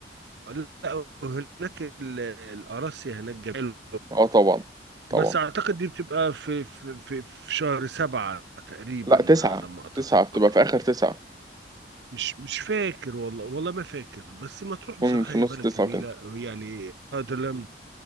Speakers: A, on the right; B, on the right.
A: لا هناك ال- القراصي هناك جميل
B: اه طبعا طبعا
A: بس اعتقد دي بتبقى في في في, في شهر سبعة تقريبا
B: لا تسعه
A: على ما اتذكر
B: تسعه بتبقى في اخر تسعه
A: مش مش فاكر والله والله ما فاكر بس مطروح
B: تكون
A: بصراحة
B: في
A: هي
B: نص
A: بلد
B: تسعه
A: جميلة
B: كده
A: يعني أدلم